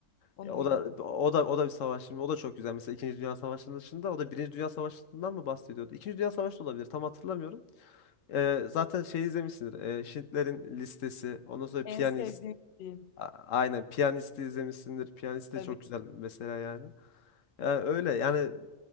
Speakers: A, on the left (about 55°); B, on the left (about 85°).
A: Onu
B: Ya o
A: bilmiyorum.
B: da o da o da bir savaş filmi. O da çok güzel. Mesela İkinci Dünya Savaşı'nın dışında o da Birinci Dünya Savaşı'ndan mı bahsediyordu? İkinci Dünya Savaşı da olabilir. Tam hatırlamıyorum. Ee, zaten şey izlemişsindir. Ee, Schindler'in Listesi. Ondan sonra
A: En
B: Piyanist.
A: sevdiğim film.
B: A- Aynen. Piyanist'i izlemişsindir. Piyanist de
A: Tabii
B: çok güzel mesela yani. Yani öyle. Yani